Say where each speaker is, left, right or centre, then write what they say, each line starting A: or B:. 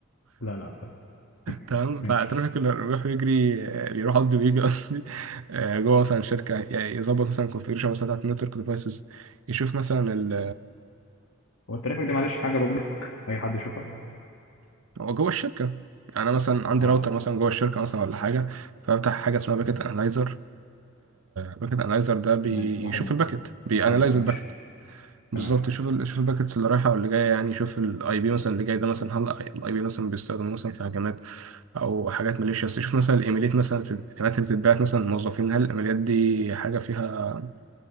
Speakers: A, on the left; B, on the right.
A: لا لا ما تخافش
B: تمام
A: ماشي
B: فالترافيك اللي بيروح يجري آه، بيروح قصدي ويجي قصدي آه، جوه مثلا شركه يعني يظبط مثلا الكونفيجريشن مثلا بتاعت النتورك ديفايسز يشوف مثلا ال...
A: هو الترافيك ده معلش حاجه بابليك اي حد يشوفها
B: هو جوه الشركه يعني انا مثلا عندي
A: اه
B: راوتر مثلا جوه الشركه مثلا ولا حاجه فافتح حاجه اسمها باكيت انالايزر باكت انالايزر ده بيشوف
A: تمام واحد
B: الباكت بيانالايز
A: محدد ماشي
B: الباكت بالظبط
A: تمام
B: يشوف ال- يشوف الباكتس اللي رايحه واللي جايه يعني يشوف الاي بي مثلا اللي جاي ده مثلا هل الاي بي مثلا بيستخدم مثلا في هجمات او حاجات ماليشيس يشوف مثلا الايميلات مثلا الايميلات اللي بتتبعت مثلا للموظفين هل الايميلات دي حاجه فيها